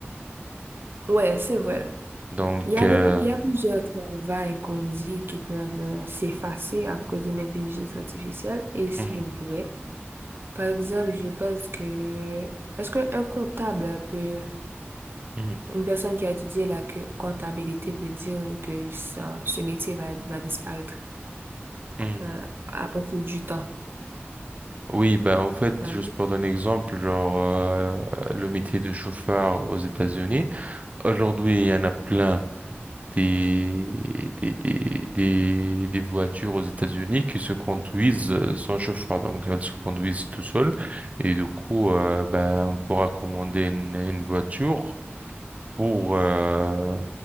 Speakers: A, on the right (about 55°); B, on the right (about 35°).
A: Ouais, c'est vrai.
B: Donc,
A: Il y a,
B: euh,
A: de- il y a plusieurs travails qu'on dit qui peuvent euh, s'effacer à cause d'une intelligence artificielle et c'est
B: mhm,
A: vrai. Par exemple, je pense que est-ce qu'un comptable peut,
B: mhm,
A: une personne qui a étudié la cu- comptabilité peut dire que son- ce métier va, va disparaître
B: mhm.
A: euh, à profit du temps?
B: Oui, bah, en fait,
A: euh,
B: juste pour donner un exemple, genre, euh, le métier de chauffeur aux États-Unis, aujourd'hui, il y en a plein des, des, des, des, des voitures aux États-Unis qui se conduisent euh, sans chauffeur. Donc, elles se conduisent tout seules. Et du coup, euh, ben, on pourra commander une, une voiture pour euh,